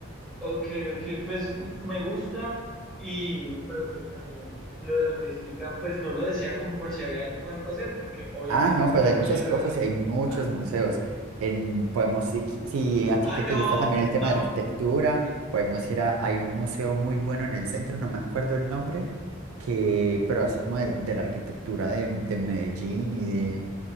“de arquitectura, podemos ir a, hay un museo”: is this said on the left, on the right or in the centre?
Right